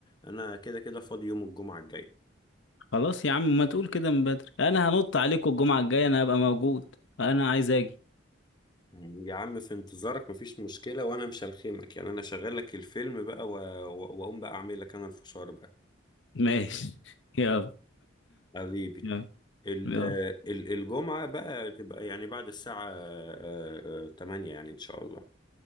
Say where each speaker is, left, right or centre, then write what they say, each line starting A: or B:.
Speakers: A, on the left; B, on the left.
A: انا كده كده فاضي يوم الجمعة الجاية
B: خلاص يا عم ما تقول كده من بدري انا هنط عليكم الجمعة الجاية انا هبقى موجود انا عايز اجي
A: يا عم في انتظارك مفيش مشكلة وانا مش هلخيمك يعني انا شغال لك الفيلم بقى و- و- واقوم بقى اعمل لك انا الفشار بقى
B: ماشي <laughs> يلا
A: حبيبي
B: يلا
A: ال-
B: يلا
A: ال- الجمعة بقى تبقى يعني بعد الساعة آه، آه، 8 يعني ان شاء الله